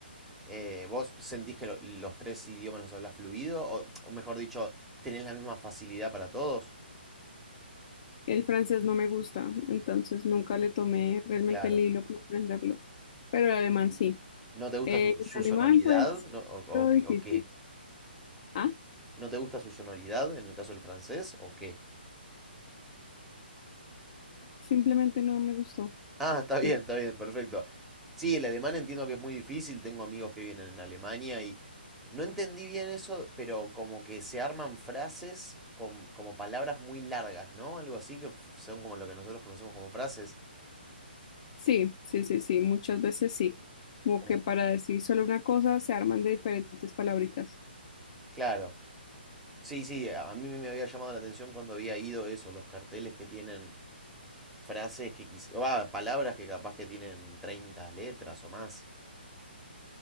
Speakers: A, in the centre; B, on the left (about 35°).
A: Eh, ¿vos sentís que lo- los tres idiomas los hablas fluido? O, o mejor dicho, ¿tenés la misma facilidad para todos?
B: El francés no me gusta, entonces nunca le tomé realmente
A: Claro.
B: el hilo para aprenderlo, pero el alemán sí.
A: ¿No te gusta
B: Eh,
A: su,
B: el
A: su
B: alemán,
A: sonoridad?
B: pues,
A: ¿No? ¿O,
B: todo
A: o qué?
B: difícil.
A: o qué?
B: Ah,
A: ¿No te gusta su sonoridad en el caso del francés? ¿O qué?
B: simplemente no me gustó.
A: Ah, está bien,
B: Sí,
A: está bien, perfecto. Sí, el alemán entiendo que es muy difícil. Tengo amigos que vienen en Alemania y no entendí bien eso, pero como que se arman frases con, como palabras muy largas, ¿no? Algo así que f- son como lo que nosotros conocemos como frases.
B: sí, sí, sí, sí, muchas veces sí. Como
A: Como,
B: que para decir solo una cosa se arman de diferentes palabritas.
A: claro. Sí, sí, a a mí me había llamado la atención cuando había ido eso, los carteles que tienen frases que quizás, palabras que capaz que tienen 30 letras o más.